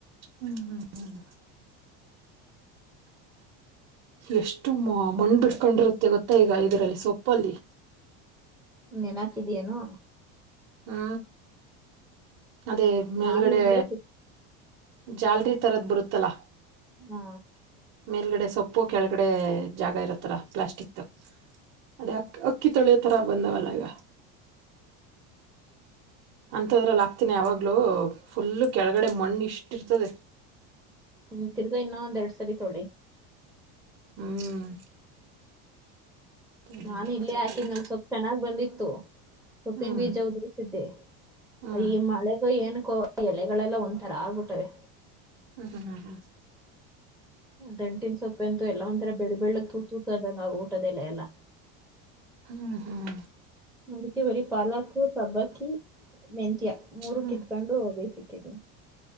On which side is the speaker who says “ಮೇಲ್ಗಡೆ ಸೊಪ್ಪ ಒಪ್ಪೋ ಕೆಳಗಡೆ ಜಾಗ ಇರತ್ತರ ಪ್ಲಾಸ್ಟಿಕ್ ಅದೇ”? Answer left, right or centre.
Right